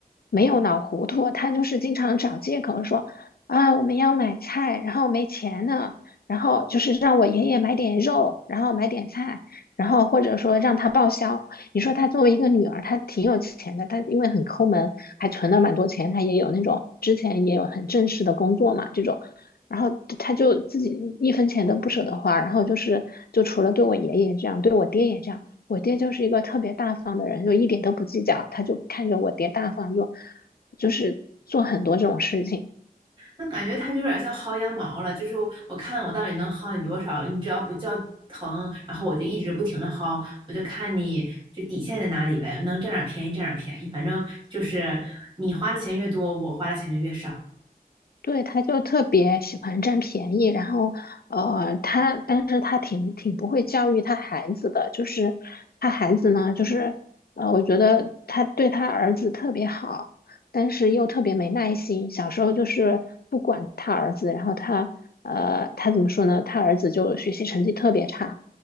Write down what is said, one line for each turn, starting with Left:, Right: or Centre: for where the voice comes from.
Left: 没有脑糊涂，他就是经常找借口说啊我们要买菜，然后没钱了，然后就是让我爷爷买点肉，然后买点菜，然后或者说让他报销。你说他作为一个女儿，她挺有钱的，她因为很抠门，还存了蛮多钱，她也有那种之前也有很正式的工作嘛这种。然后她就自己一分钱都不舍得花，然后就是就除了对我爷爷这样，对我爹也这样。我爹就是一个特别大方的人，就一点都不计较，他就看着我爹大方就，就是做很多这种事情。
Right: 那感觉他就有点像薅羊毛了，就是我我看我到底能薅你多少，你只要不叫疼，然后我就一直不停的薅，我就看你就底线在哪里呗，能占点便宜占点便宜，反正就是你花的钱越多，我花的钱就越少。
Left: 对，他就特别喜欢占便宜，然后，呃，他，但是他挺挺不会教育他孩子的，就是他孩子呢，就是，呃，我觉得他对他儿子特别好，但是又特别没耐心。小时候就是不管他儿子，然后他，呃，他怎么说呢？他儿子就学习成绩特别差，